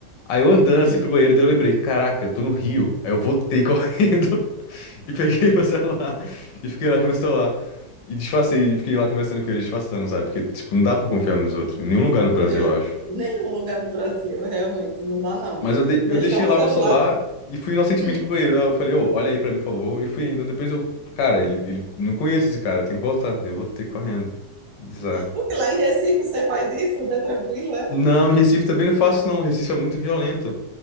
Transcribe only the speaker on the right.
Hum.
Meu,
nenhum lugar no Brasil, realmente, não dá, não.
Deixar
o
celular.
hum.
Porque lá em Recife você faz isso, né? Tranquilo, é?